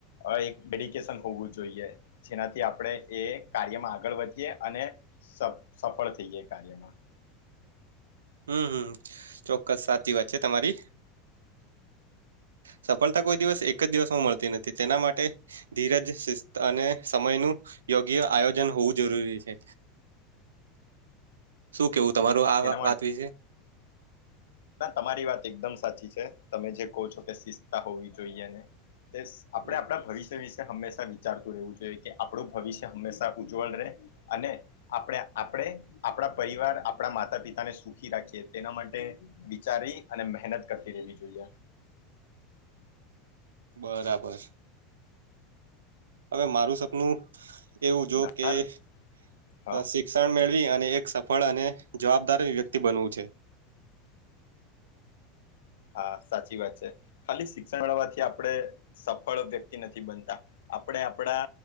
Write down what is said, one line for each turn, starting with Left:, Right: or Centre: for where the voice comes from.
Left: અ એક ડેડિકેશન હોવું જોઈએ જેનાથી આપણે એ કાર્યમાં આગળ વધીએ અને સ-સફળ થઈ જય કાર્યમાં
Right: હમ હમ ચોક્કસ સાચી વાત છે તમારી સફળતા કોઈ દિવસ એક જ દિવસમાં મળતી નથી તેના માટે ધીરજ શિસ્ત અને સમયનું યોગ્ય આયોજન હોવું જરૂરી છે શું કેવું તમારું આ
Left: તેના માટે
Right: વાત વિશે
Left: ના તમારી વાત એકદમ સાચી છે તમે જે કહો છો કે શિસ્તતા હોવી જોઈએ અને <unintelligible> આપણે
Right: હમ,
Left: આપણા ભવિષ્ય વિશે હંમેશા વિચારતું રહેવું જોઈએ કે આપણું ભવિષ્ય હંમેશા ઉજ્જવલ રહે અને આપડે આપડે આપણા પરિવાર આપણા માતા પિતાને સુખી રાખીએ તેના માટે વિચારી અને મહેનત કરતી રહેવી જોઈએ.
Right: બરાબર હવે મારું સપનું એવું જો
Left: ઘણા
Right: કે <unintelligible>
Left: હા
Right: શિક્ષણ મેળવી અને એક સફળ અને જવાબદાર વ્યક્તિ બનવું છે
Left: હા સાચી વાત છે ખાલી શિક્ષણ મેળવાથી આપણે સફળ વ્યક્તિ નથી બનતા આપણે આપણા